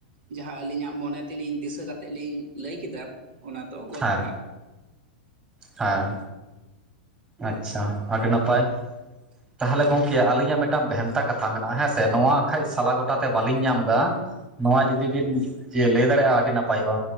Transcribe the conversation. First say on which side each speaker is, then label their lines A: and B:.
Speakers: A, on the right (about 80°); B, on the right (about 15°).
A: ᱡᱟᱦᱟᱸ ᱟᱹᱞᱤᱧᱟᱜ ᱢᱚᱱᱮ ᱛᱮᱞᱤᱧ ᱫᱤᱥᱟᱹ ᱠᱟᱛᱮᱫ ᱞᱤᱧ ᱞᱟᱹᱭ ᱠᱮᱫᱟᱼᱼ ᱚᱱᱟ ᱫᱚ ᱜᱚᱡ
B: ᱦᱮᱸ
A: ᱚᱲᱟᱜ ᱾
B: ᱦᱮᱸ, ᱟᱪᱪᱷᱟ ᱟᱹᱰᱤ ᱱᱟᱯᱟᱭ ᱾ ᱛᱟᱦᱚᱞᱮ ᱜᱚᱢᱠᱮ ᱟᱹᱞᱤᱧᱟᱜ ᱢᱤᱫᱴᱟᱝ ᱵᱷᱮᱱᱛᱟ ᱠᱟᱛᱷᱟ ᱢᱮᱱᱟᱜᱼᱟ ᱦᱮᱸ ᱥᱮ, ᱱᱚᱣᱟ ᱠᱷᱟᱱᱡ ᱥᱟᱞᱟ ᱜᱚᱴᱟ ᱛᱮ ᱵᱟᱞᱤᱧ ᱧᱟᱢ ᱮᱫᱟ ᱾ ᱱᱚᱣᱟ ᱡᱩᱫᱤ ᱵᱤᱱ ᱞᱟᱹᱭ ᱫᱟᱲᱮᱭᱟᱜᱼᱟ ᱟᱹᱰᱤ ᱱᱟᱯᱟᱭᱚᱜᱼᱟ